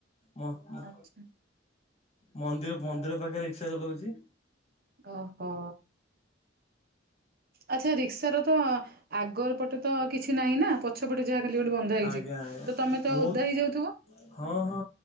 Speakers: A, on the left (about 35°); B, on the right (about 55°).
A: ମ ମ
B: ଆଛା
A: ମନ୍ଦିର, ମନ୍ଦିର ପାଖେରେ ରିକ୍ସା ଚଲଉଚି।
B: ଓହୋ ଆଚ୍ଛା ରିକ୍ସ ର ତ ଆଗ ପଟେ ତ କିଛି ନାହିଁ ନା ପଛ ପଛପଟେ ଯାହା ଖାଲି ଗୋଟେ ବନ୍ଧା ହେଇଛି
A: ଆଜ୍ଞା ଆଜ୍ଞା
B: ତମେ ତ
A: ବହୁତ
B: ଓଦା ହେଇଯାଉଥିବ।
A: ହଁ ହଁ